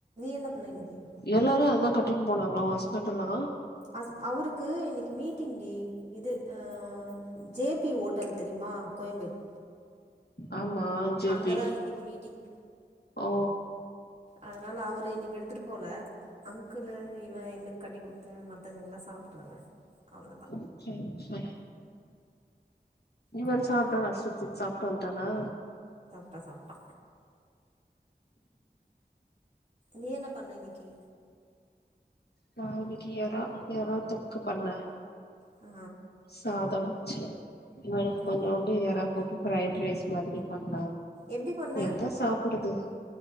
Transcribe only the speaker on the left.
எல்லாரு அததா கட்டின் போனாங்களா உ ஹஸ்பெண்டல்லா
ஆமா ஜேபி
ஓ
ஒகே ஒகே இவர்
சாப்ட்டானா சுஜன் சாப்ட்டு வன்ட்டானா
நா இன்னிக்கி எறா எறா தொக்கு பண்ணே
சாதம் வச்சு இவனுக்கு
கொஞ்சோண்டு ஏறா போட்டு பிரைட் ரைஸ் மாரி பண்ண
எங்க சாப்புடுது